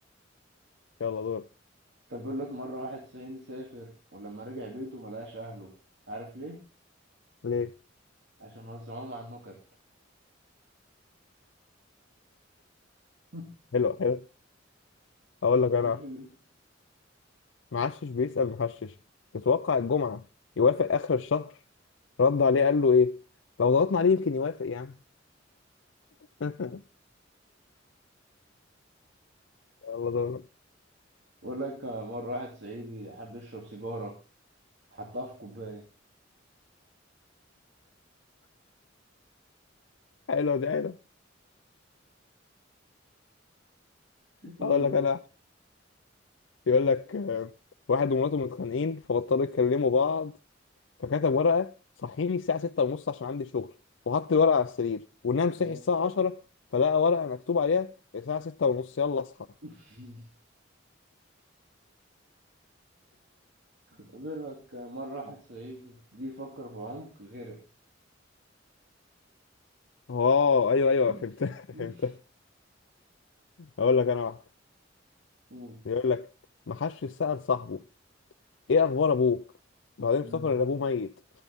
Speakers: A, on the left; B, on the right.
A: يلا دور
B: طب بيقول لك مرة واحد صعيدي سافر ولما رجع بيته ملقاش أهله عارف ليه؟
A: ليه؟
B: عشان وزعوهم على النكت <laughs>
A: حلو حلو اقول لك انا
B: ماشي.
A: واحدة. معشش بيسأل محشش تتوقع الجمعه يوافق اخر الشهر رد عليه قال له ايه؟ لو ضغطنا عليه يمكن يوافق يعني <laughs> يلا دور
B: بقول لك مرة واحد صعيدي حب يشرب سيجارة حطها في كوباية
A: حلو دي حلو
B: قولوا
A: اقول لك انا واحدة. بيقول لك آه، واحد ومراته متخانقين فبطلوا يكلموا بعض فكتب ورقة صحيني الساعة ستة ونص عشان عندي شغل وحط الورقة على السرير ونام صحي
B: اه
A: الساعة عشرة فلقى ورقة مكتوب عليها الساعة ستة ونص يلا اصحى
B: <laughs> بيقول لك مرة واحد صعيدي جه يفكر بعمق غرق
A: اه ايوه ايوه
B: <laughs>
A: فهمت <laughs> فهمت اقول لك انا واحد
B: قول.
A: بيقول لك ما حدش سأل صاحبه ايه اخبار ابوك بعدين
B: مم.
A: افتكر ان ابوه ميت